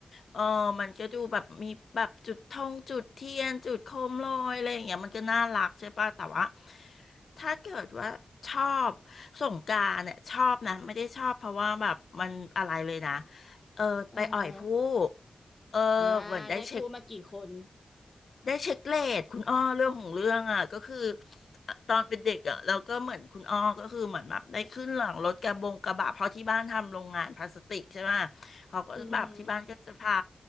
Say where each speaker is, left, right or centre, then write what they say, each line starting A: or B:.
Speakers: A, on the left; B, on the left.
A: เออมันก็ดูแบบมีแบบจุดธงจุดเทียนจุดโคมลอยอะไรอย่างเงี้ยมันก็น่ารักใช่ป่ะแต่ว่าถ้าเกิดว่าชอบสงกรานต์เนี่ยชอบนะไม่ได้ชอบเพราะว่าแบบมันอะไรเลยนะเออไปอ่อยผู้
B: เออฮะ
A: เออเหมือนได้เช็ค
B: อ่าได้พูดมากี่คน
A: ได้เช็คเลทคุณอ้อเรื่องของเรื่องอ่ะก็คืออ่ะตอนเป็นเด็กอ่ะเราก็เหมือนคุณอ้อก็คือเหมือนแบบได้ขึ้นหลังรถกระบงกระบะเพราะที่บ้านทำโรงงานพลาสติกใช่ไหมเขาก็แบบที่บ้านก็จะพา
B: อือฮึ